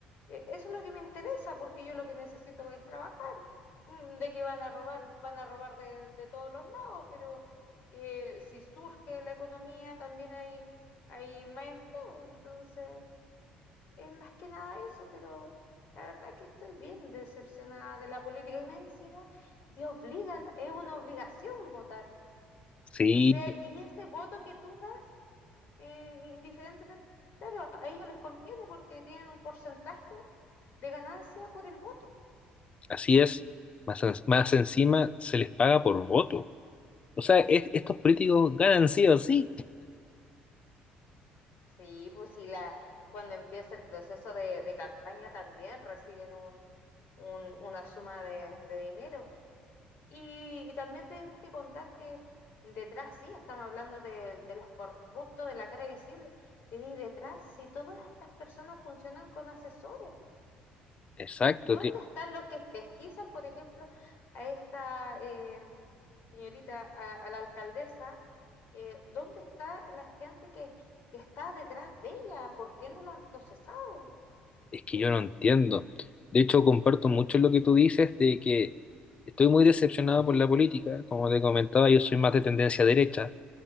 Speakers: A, on the left; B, on the left.
A: eh, eso es lo que me interesa, porque yo lo que necesito es trabajar, Mm, de que van a robar, van a robar de, de todos los lados, pero que si surge la economía también hay, hay más empleo, entonces es más que nada eso, pero la verdad que estoy bien decepcionada de la política y me encima te obligan, es una obligación votar,
B: sí,
A: o sea, y ese voto que tú eh, indiferentemente, claro, a ellos les conviene porque tienen un porcentaje de ganancia por el voto.
B: así es. Más, en- más encima se les paga por voto. O sea, es- estos políticos ganan sí o sí.
A: Sí, pues sí, la, cuando empieza el proceso de, de campaña también reciben un, un- una suma de, de dinero. Y, y también tenemos que contar que detrás, sí, estamos hablando de, de los corruptos de la cara visible, pero y detrás, si todas estas personas funcionan con asesores,
B: Exacto,
A: ¿dónde están los que pesquisan, por ejemplo, a esta... eh, señorita, a, a la alcaldesa, eh, ¿dónde está la gente que, que está detrás de ella? ¿Por qué no lo han procesado?
B: Es que yo no entiendo. De hecho, comparto mucho lo que tú dices de que estoy muy decepcionado por la política. Como te comentaba, yo soy más de tendencia derecha,